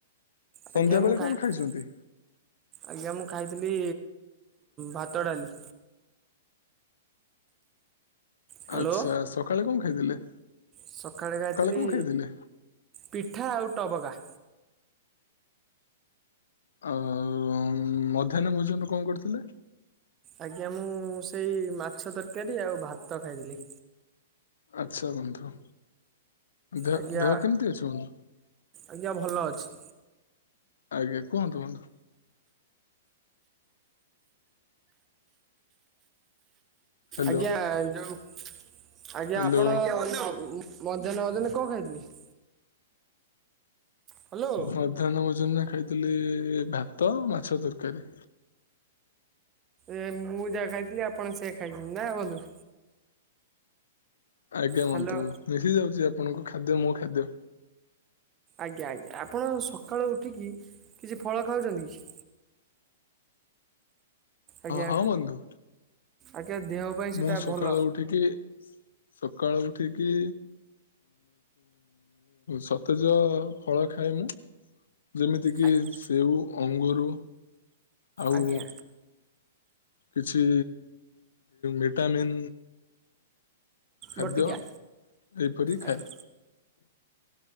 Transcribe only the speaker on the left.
ସନ୍ଧ୍ୟା
ବେଳେ
କଣ ଖାଇଛନ୍ତି?
ଆଚ୍ଛା ସକାଳେ କଣ ଖାଇଥିଲେ?
କଣ ଖାଇଥିଲେ?
ଆଉ ମଧ୍ୟାହ୍ନ ମୋଜୁନ କଣ କରିଥିଲେ?
ଆଚ୍ଛା ବନ୍ଧୁ ଦେହ
ଦେହ କେମିତି ଅଛି ବନ୍ଧୁ।
ଆଜ୍ଞା କୁହନ୍ତୁ କୁହନ୍ତୁ। ହ୍ୟାଲୋ
ହ୍ୟାଲୋ
ମଧ୍ୟାହ୍ନ ଭୋଜନରେ ଖାଇଥିଲି ଭାତ ଓ ମାଛ ତରକାରୀ
ଆଜ୍ଞା
ମନ୍ତୁ ଦେଖି ଯାଉଛି ଆପଣଙ୍କ ଖାଦ୍ୟ ମୋ ଖାଦ୍ୟ
ହଁ ବନ୍ଧୁ
ମୁଁ ସକାଳୁ
ଉଠିକି ସକାଳୁ ଉଠିକି ସତେଜ ଫଳ ଖାଏ ନା ଯେମିତି କିି
ସେଉ ଅଙ୍ଗୁରୁ ଆଉ
କିଛି ଭିଟାମିନ୍ ଖାଦ୍ୟ
ଏହିପରି ଖାଦ୍ୟ।